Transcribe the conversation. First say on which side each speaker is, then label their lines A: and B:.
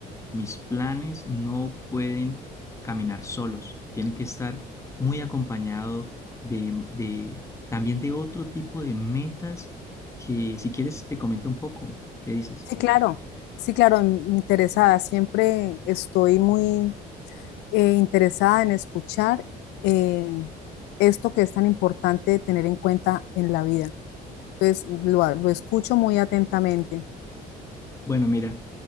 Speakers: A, on the left; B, on the left.
A: Mis planes no pueden caminar solos, tienen que estar muy acompañado de, de- también de otro tipo de metas que si quieres te comento un poco, ¿qué dices?
B: Sí, claro, sí, claro, m- interesada. Siempre estoy muy eh, interesada en escuchar eh, esto que es tan importante tener en cuenta en la vida. Entonces lo, lo escucho muy atentamente.
A: Bueno, mira,